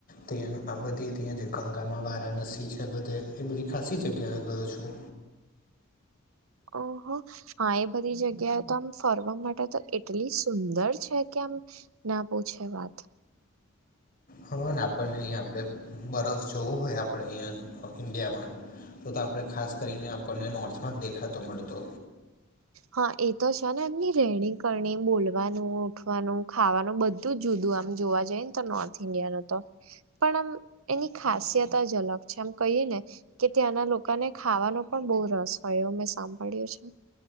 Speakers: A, on the left; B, on the right.
A: તે આ બધી તે જે ગંગામાં વારાણસી છે બધે એ બધી ખાસી જગ્યાએ ગયો છું.
B: ઓહો. હા એ બધી જગ્યાએ તો આમ ફરવા માટે તો એટલી સુંદર છે કે આમ ના પૂછે વાત.
A: હને આપણને અહીં આપણે બરફ જોવું હોય આપણે અહીંયા ઈન્ડિયામાં. તો તો આપણે ખાસ કરીને આપણને નોર્થમાં જ દેખાતો મળતો.
B: હા એ તો છે ને એમની રહેણી કરણી બોલવાનું ઉઠવાનું ખાવાનું બધું જુદું આમ જોવા જઈ ને તો નોર્થ ઇન્ડિયા નું તો. પણ આમ એની ખાસિયત જ અલગ છે આમ કહીએ ને. કે ત્યાંના લોકોને ખાવાનો પણ બહુ રસ હોય એવો મેં સાંભળ્યું છે.